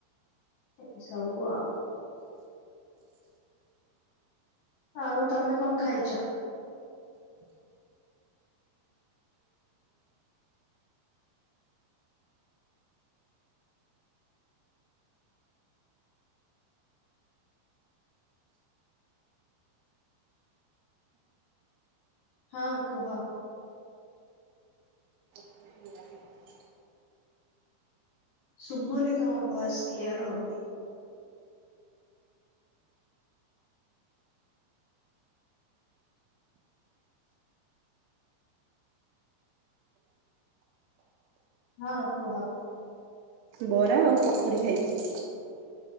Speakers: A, on the left; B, on the right.
A: ଏଇ ସବୁ ଆଉ ଆଉ ତମେ କଣ ଖାଇଛ? ହଁ କୁହ।
B: <inaudible>
A: ଶୁଭୁନି ତମ ଭଏସ କ୍ଲିୟର ହଉନି। ହଁ କୁହ।
B: ବରା ଆଉ ପକୁଡି ଖାଇଛି।